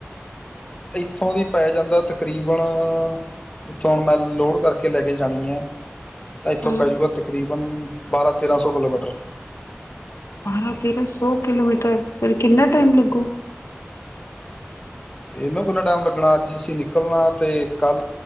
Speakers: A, on the left (about 20°); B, on the left (about 80°).
A: ਇੱਥੋਂ ਦੀ ਪਾਇ ਜਾਂਦਾ ਤਕਰੀਬਨ ਜਿੱਥੋਂ ਹੁਣ ਮੈਂ ਲੋਡ ਕਰਕੇ ਲੈ ਕੇ ਜਾਣੀ ਹੈ ਤਾਂ ਇੱਥੋਂ
B: ਹਾਂ
A: ਪੈ ਜੂ ਗਾ ਤਕਰੀਬਨ ਬਾਰਾਂ ਤੇਰਾਂ ਸੌ ਕਿਲੋਮੀਟਰ।
B: ਬਾਰਾਂ ਤੇਰਾਂ ਸੌ ਕਿਲੋਮੀਟਰ ਫੇਰ ਕਿੰਨਾ ਟਾਈਮ ਲੱਗੂ?
A: ਇਹਨੂੰ ਕਿੰਨਾ ਟਾਈਮ ਲੱਗਣਾ ਅੱਜ ਅਸੀਂ ਨਿਕਲਣਾ ਤੇ ਕੱਲ